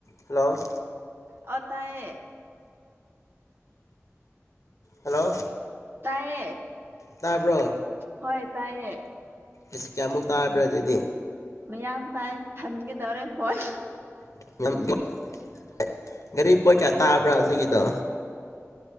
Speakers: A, on the left; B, on the right.
A: hello
B: ꯑꯣ ꯇꯥꯏꯌꯦ
A: hello
B: ꯇꯥꯏꯌꯦ
A: ꯇꯥꯕ꯭ꯔꯣ
B: ꯍꯣꯏ ꯇꯥꯏꯌꯦ
A: ꯏꯁ ꯀꯌꯥꯃꯨꯛ ꯇꯥꯕ꯭ꯔꯥ ꯑꯗꯨꯗꯤ
B: ꯃꯌꯥꯝ ꯇꯥꯏ ꯊꯟꯒꯗꯧꯔꯦ ꯐꯣꯟ
A: <unintelligible> ꯒꯥꯔꯤ ꯄꯣꯠ ꯀꯌꯥ ꯇꯥꯕ꯭ꯔꯥ ꯍꯧꯖꯤꯛꯀꯤꯗꯣ